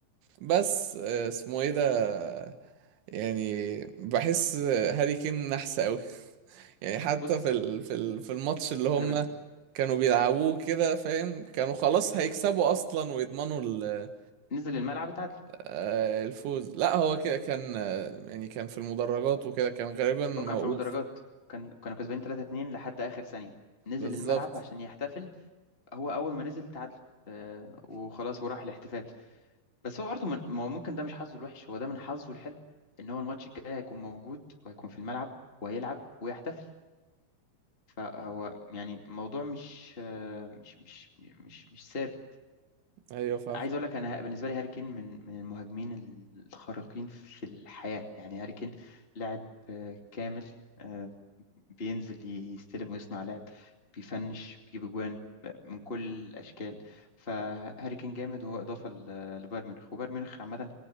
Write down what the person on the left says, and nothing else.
بص
انا بن-
نزل الملعب اتعادل
هو كان في المدرجات كان كانوا كسبانين 3-2 لحد اخر ثانية نزل
الملعب عشان يحتفل هو اول ما نزل تعادل آه، وخلاص وراح الاحتفال بس هو برضه من... ما هو ممكن ده مش حظه الوحش هو ده من حظه الحلو ان هو الماتش الجاي هيكون موجود وهيكون في الملعب وهيلعب ويحتفل فهو يعني الموضوع مش آه، مش مش مش مش ثابت
عايز اقول لك انا بالنسبه لي هاري كين من من المهاجمين الخارقين في الحياه يعني هاري كين لاعب آه، كامل آه، بينزل يستلم ويصنع لعب بيفنش بيجيب اجوان آه، من كل الاشكال فهاري كين جامد وهو اضافه ل- لبايرن ميونخ وبايرن ميونخ عامه